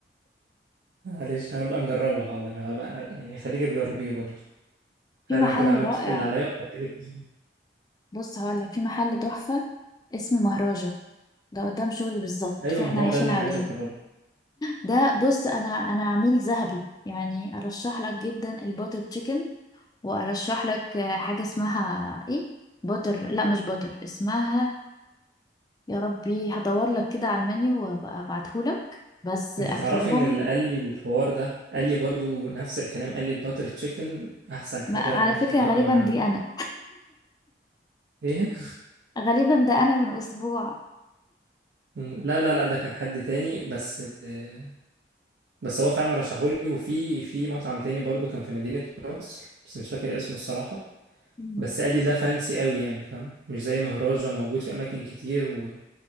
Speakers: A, on the right; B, on the left.
A: معلش هنبقى نجربه حاضر هبقى يعني خليك تجربيه برضه
B: <laughs>
A: حلو
B: في محل
A: انا كده عملت
B: رائع
A: اللي عليا وخليتك تظبط
B: بص هقول لك في محل تحفة اسمه مهراجة ده قدام شغلي بالظبط
A: ايوه
B: فاحنا
A: ما هو
B: عايشين
A: ده اللي
B: عليه
A: انا عايز اجربه
B: ده بص انا انا عميل ذهبي يعني ارشح لك جدا الباتر تشيكن وارشح لك آه، حاجه اسمها ايه باتر لا مش باتر اسمها يا ربي هدور لك كده على المنيو وابقى ابعتهولك بس اكلهم
A: انت تعرفي ان اللي قال لي الحوار ده قال لي برضو نفس الكلام قال لي الباتر تشيكن احسن
B: ما
A: حاجة
B: على
A: ممكن
B: فكره
A: تجربها
B: غالبا
A: من عنده
B: دي انا
A: ايه
B: <laughs> غالبا ده انا من اسبوع
A: مم. لا لا لا ده كان حد تاني بس آه، بس هو فعلا رشحولي وفي في مطعم تاني برضو كان في مدينة نصر بس مش فاكر اسمه الصراحة
B: مم.
A: بس قال لي ده فانسي قوي يعني فاهم مش زي مهراجة موجود في اماكن كتير و...